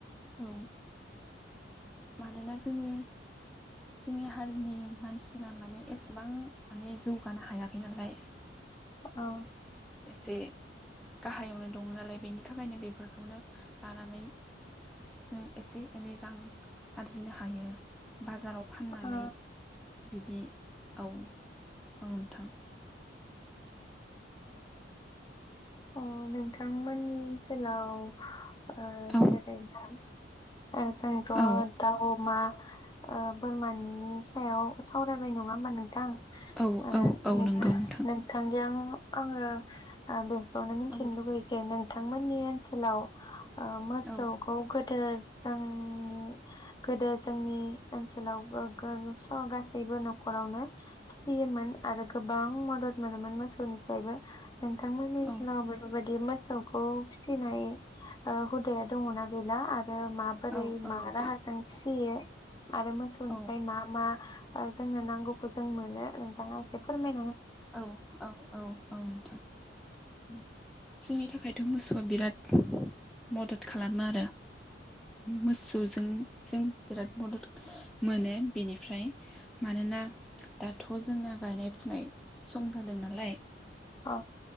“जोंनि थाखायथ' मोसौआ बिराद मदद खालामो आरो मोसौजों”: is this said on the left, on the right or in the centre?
Centre